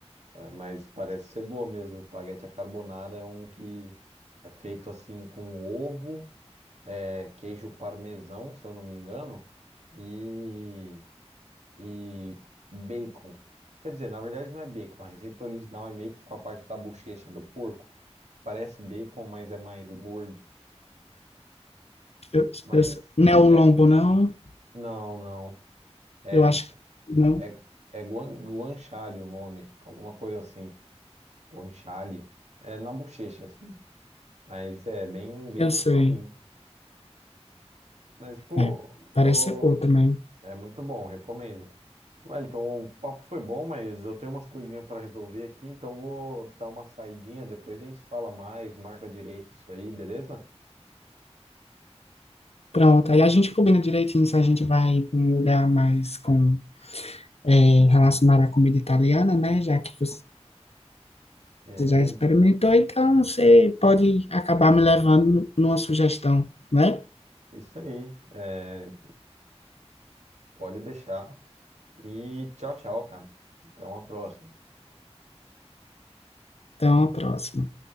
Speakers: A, on the right (about 80°); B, on the left (about 65°).
A: É, Mas parece ser boa mesmo. Espaguete à carbonara é um que é feito assim com ovo, é, queijo parmesão, se eu não me engano, e, e bacon. Quer dizer, na verdade não é bacon. A receita original é meio que com a parte da bochecha do porco. Parece bacon, mas é mais gordo.
B: Eu,
A: Mas
B: eu, não é o lombo,
A: é,
B: não?
A: não, não. É,
B: Eu acho que não,
A: é, é guan, guanciale o nome, alguma coisa assim. Guanciale. É na bochecha, assim. Mas é bem, bem
B: eu sei.
A: gostosinho. Mas, pô,
B: É, parece
A: ô,
B: ser boa também.
A: é muito bom, recomendo. Vai, então o papo foi bom, mas eu tenho umas coisinhas para resolver aqui, então vou dar uma saidinha, depois a gente se fala mais, marca direito isso aí, beleza?
B: Pronto, aí a gente combina direitinho se a gente vai para um lugar mais com, é, relacionado à comida italiana, né? Já que você
A: É,
B: já experimentou, então você pode acabar me levando numa sugestão, né?
A: isso aí. É, pode deixar. E tchau, tchau, cara. Até uma próxima.
B: Então, a próxima.